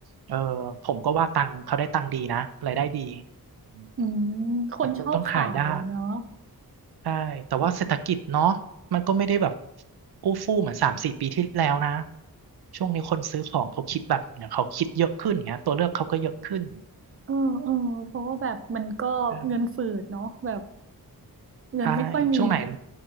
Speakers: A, on the right; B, on the right.
A: เออผมก็ว่าตังค์เขาได้ตังค์ดีนะรายได้ดีอืม
B: อืมคนชอบขายเนาะ
A: แต่คุณต้องขายได้ ใช่ แต่ว่าเศรษฐกิจเนาะมันก็ไม่ได้แบบอู้ฟู่เหมือนสามสี่ปีที่แล้วนะ ช่วงนี้คนซื้อของเขาคิดแบบเนี่ยเขาคิดเยอะขึ้นเงี้ยตัวเลือกเขาก็เยอะขึ้น
B: เออเออเพราะว่าแบบมันก็เงินฝืดเนาะแบบ
A: เออ
B: เงินไม่ค่อยมี
A: ใช่ ช่วงไหน